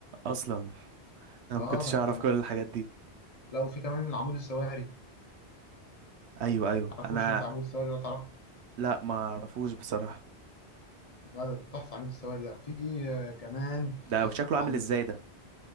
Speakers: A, on the right; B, on the left.
A: اصلا انا
B: اه
A: ما كنتش
B: كانت
A: اعرف
B: مق-
A: كل الحاجات دي
B: لو في كمان عمود السواري
A: ايوه ايوه
B: تعرفوش
A: انا
B: انت عمود السواري ولا تعرف
A: لا ما اعرفوش بصراحه
B: لا ده تحفة عمود السواري ده في آه، كمان
A: ده شكله عامل
B: عند
A: ازاي ده